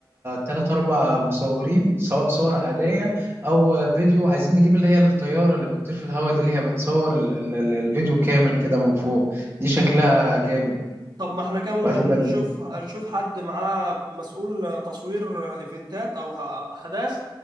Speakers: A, on the right (about 30°); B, on the right (about 55°).
A: ثلاث اربع مصورين سواء صور عادية او فيديو عايزين نجيب اللي هي الطيارة اللي بتطير في الهواء دي اللي هي بتصور ال- ال- ال- الفيديو كامل كده من فوق دي شكلها جامد
B: طب ما احنا كده ممكن
A: وهتبقى
B: نشوف نشوف حد معاه مسؤول تصوير ايفنتات او احداث